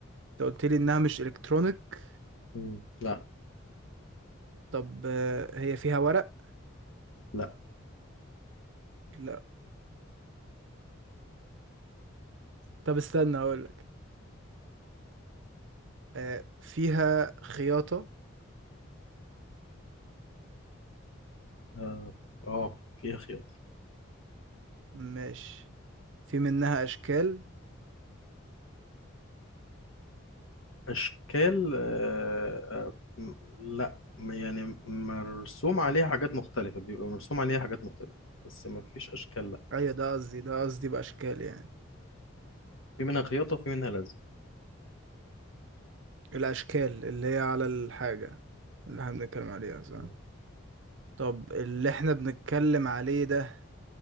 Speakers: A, on the right; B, on the left.
A: انت قلت لي انها مش الكترونيك
B: مم. لا
A: طب آه، هي فيها ورق
B: لا
A: لا طب استنى اقول آه، فيها خياطة
B: آه آه، فيها خياطة
A: مش في منها أشكال
B: أشكال آه آه م- لا م- يعني مرسوم عليها حاجات مختلفة بيبقى مرسوم عليها حاجات مختلفة بس ما فيش أشكال لا
A: أيوة ده قصدي ده قصدي بأشكال يعني
B: في منها خياطة وفي منها لزق
A: الأشكال اللي هي على الحاجة اللي احنا بنتكلم عليها صح
B: مم.
A: طب اللي احنا بنتكلم عليه ده